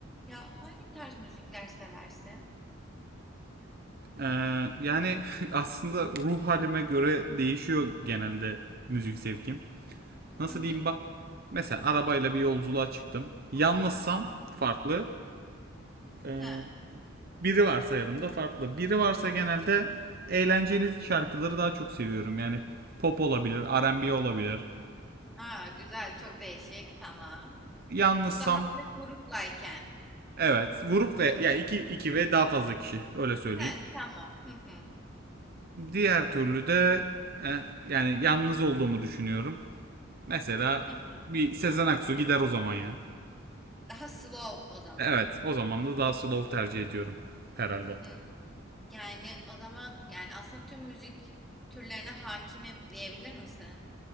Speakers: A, in the centre; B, on the right (about 50°).
A: Ya hangi tarz müzikler seversin?
B: Ee, yani <laughs> aslında ruh halime göre değişiyor genelde müzik zevkim. Nasıl
A: Hı hı.
B: diyeyim bak. Mesela arabayla bir yolculuğa çıktım. Yalnızsam
A: Tamam.
B: farklı. Ee,
A: Ha.
B: biri varsa yanımda farklı. Biri varsa genelde eğlenceli şarkıları daha çok seviyorum. Yani pop olabilir, R&B olabilir.
A: Aa, güzel çok değişik tamam.
B: Yalnızsam
A: Bu daha böyle gruplayken.
B: evet grup ve ya iki, iki ve daha fazla kişi öyle söyleyeyim.
A: Evet tamam. Hı hı.
B: Diğer türlü de e, yani yalnız olduğumu düşünüyorum. Mesela
A: Hı hı.
B: bir Sezen Aksu gider o zaman ya.
A: Daha slow o zaman.
B: Evet, o zaman da daha slow tercih ediyorum herhalde.
A: Hı. Yani o zaman yani aslında tüm müzik türlerine hakimim diyebilir misin?